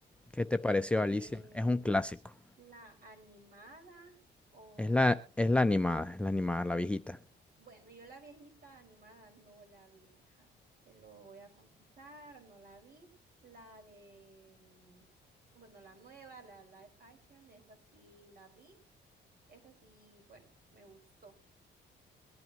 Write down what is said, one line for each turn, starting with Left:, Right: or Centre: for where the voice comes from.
Centre: ¿Qué te pareció Alicia?
Right: Eh,
Centre: Es un clásico.
Right: la animada o,
Centre: Es la, es la animada, es la animada, la viejita.
Right: bueno, yo la viejita animada no la vi, fíjate, te lo voy a confesar, no la vi. La de, mm, bueno, la nueva, la live action, esa sí la vi, esa sí, bueno, me gustó.